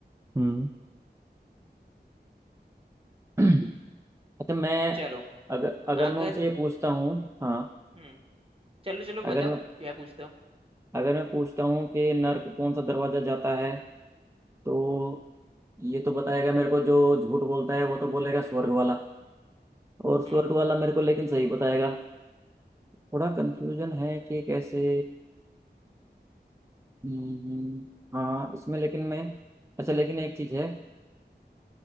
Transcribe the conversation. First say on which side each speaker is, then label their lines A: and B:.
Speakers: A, on the right; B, on the right.
A: हम्म <clears throat> अच्छा मैं
B: चलो
A: अगर अगर
B: अगर
A: मैं उनसे ये पूछता हूँ हाँ
B: हम्म चलो चलो
A: अगर
B: बताओ
A: मैं
B: क्या पूछते हो
A: अगर मैं पूछता हूँ कि नर्क कौन सा दरवाजा जाता है तो ये तो बताएगा मेरे को जो झूठ बोलता है वो तो बोलेगा स्वर्ग वाला और
B: हम्म
A: स्वर्ग वाला मेरे को लेकिन सही बताएगा थोड़ा कंफ्यूजन है कि कैसे हम्म, हाँ इसमें लेकिन मैं अच्छा लेकिन एक चीज है